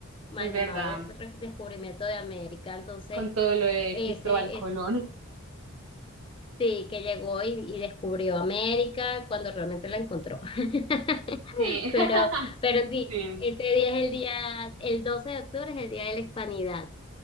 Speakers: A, on the left; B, on the right.
A: mal
B: Es verdad.
A: llamado re- descubrimiento de América. Entonces,
B: Con todo lo de
A: ese
B: Cristóbal Colón.
A: es, sí, que llegó y, y descubrió América cuando realmente la encontró. <laughs>
B: Sí,
A: Pero,
B: <laughs>
A: pero sí,
B: sí,
A: ese día es el día, el 12 de octubre es el día de la hispanidad.